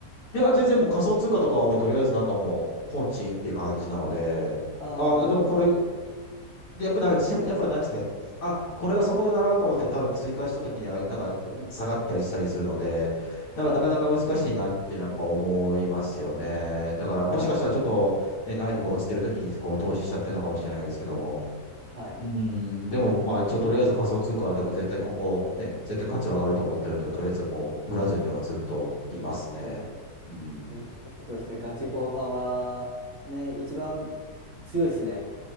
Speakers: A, on the left; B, on the right.
A: いや、全然もう仮想通貨とかはもうとりあえずなんかもう放置って感じなので、
B: あ
A: あ、でもこれ、
B: あー、
A: で、やっぱなんか自分、やっぱなんですか、あ、これがそこだなと思って多分追加した時にはなんか下がったりしたりするので、なんかなかなか難しいなっていうのはやっぱ思いますよね。
B: はい、
A: だからもしかしたらちょっとね、
B: はい、
A: ナイフが落ちてる時にこう投資しちゃってるのかもしれないですけども。
B: はい。
A: うん、でもまあ一応とりあえず仮想通貨はでも絶対今後ね、絶対価値は上がると思ってるんで、とりあえずもう売らずにはずっといますね。
B: おう
A: うん。
B: うんやっぱそうですね、ガチホウ派は、ね、一番強いですね。